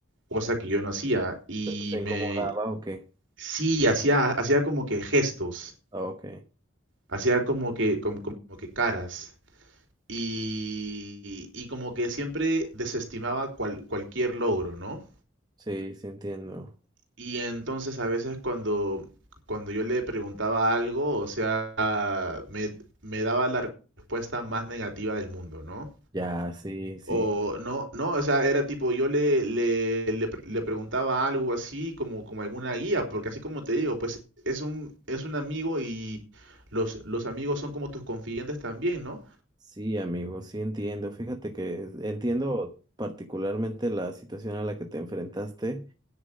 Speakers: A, on the right; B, on the right.
A: cosa que yo no hacía, y
B: ¿Pero se
A: me
B: incomodaba o qué?
A: sí, hacía, hacía como que gestos,
B: Ah, Ok,
A: hacía como que, como, como que caras. Y, y como que siempre desestimaba cual- cualquier logro, ¿no?
B: sí, sí entiendo.
A: Y entonces a veces cuando, cuando yo le preguntaba algo, o sea, me, me daba la respuesta más negativa del mundo, ¿no?
B: Ya, sí, sí.
A: O no, no, o sea, era tipo, yo le, le, le, pre- le preguntaba algo así, como, como alguna guía, porque así como te digo, pues es un, es un amigo y los, los amigos son como tus confidentes también, ¿no?
B: Sí, amigo, sí entiendo. Fíjate que entiendo particularmente la situación a la que te enfrentaste.